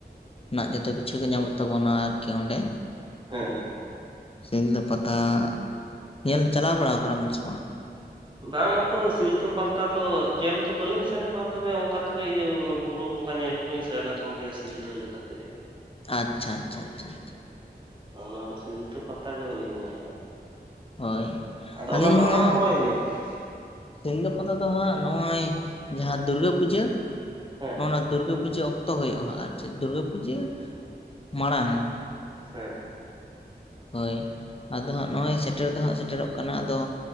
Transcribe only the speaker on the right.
ᱦᱮᱸ ᱦᱮᱸ
ᱵᱟᱝ ᱟᱛᱚ ᱥᱤᱞᱫᱟᱹ ᱯᱟᱞᱛᱟ ᱫᱚ ᱧᱮᱞ ᱫᱚ ᱵᱟᱹᱞᱤᱧ ᱥᱮᱱ ᱟᱠᱟᱱᱟ, ᱛᱚᱵᱮ ᱚᱱᱠᱟ ᱛᱮᱜᱮ ᱤᱭᱟᱹ ᱢᱟᱱᱮ ᱵᱩᱨᱩ ᱵᱚᱸᱜᱟ ᱧᱮᱞᱼᱼ ᱩᱱᱤ ᱥᱟᱨᱱᱟ ᱠᱚᱢᱠᱮᱭᱟᱜ <unintelligible> ᱥᱤᱞᱫᱟᱹ ᱞᱮᱠᱟᱛᱮᱜᱮ ᱾
ᱚᱱᱟ ᱥᱤᱞᱛᱟᱹ ᱯᱟᱛᱟ ᱜᱮ ᱵᱟᱹᱞᱤᱧ ᱧᱮᱞ ᱟᱠᱟᱫᱟ ᱾
ᱟᱫᱚ
ᱚᱱᱟ ᱫᱚ
ᱟᱠᱟ ᱥᱚᱢᱚᱭ ᱦᱩᱭᱩᱜ ᱛᱮ?
ᱦᱮᱸ
ᱦᱮᱸ